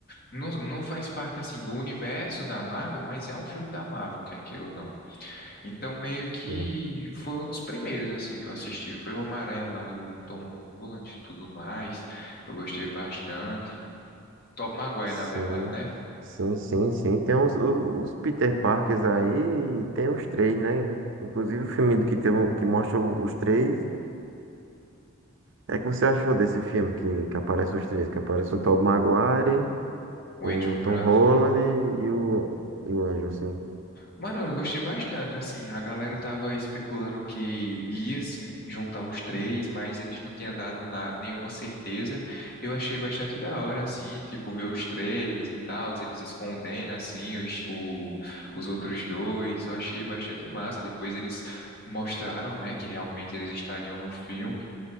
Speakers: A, on the left; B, on the right.
A: Não, não faz parte, assim, do universo da Marvel, mas é um filme da Marvel, quer queira ou não. Então, meio que
B: um.
A: foi um dos primeiros, assim, que eu assisti. Foi o Homem-Aranha lá do Tom Holland e tudo mais. Eu gostei bastante. Tobey Maguire,
B: Sim,
A: na verdade, né?
B: sim, sim, sim. Tem os, os, os Peter Parkers aí, e tem os três, né? Inclusive o filme do que, tem, o- que mostra o- os três. É, é que você achou desse filme que, que aparece os três? Que aparece o Tobey Maguire,
A: O
B: o
A: Andrew Graff.
B: Tom Holland e o, e o Anjo, assim.
A: Mano, eu gostei bastante, assim, a galera tava especulando que ia, sim, juntar os três, mas eles não tinham dado na- nenhuma certeza. Eu achei bastante da hora, assim, tipo, ver os trailers e tal, eles escondendo, assim, os, o- os outros dois, eu achei bastante massa. Depois eles mostraram, né, que realmente eles estariam no filme,